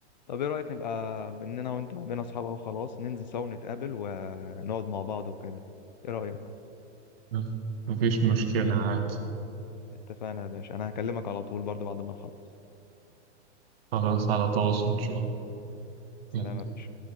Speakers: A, on the left (about 40°); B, on the right (about 55°).
A: طب إيه رأيك نبقى بإننا وأنت بقينا أصحاب أهو خلاص ننزل سوا نتقابل ونقعد مع بعض وكده إيه رأيك؟
B: بس مفيش مشكلة عادي
A: اتفقنا يا باشا أنا هكلمك على طول برضو بعد ما نخلص
B: خلاص على تواصل إن شاء
A: سلام
B: الله
A: يا باشا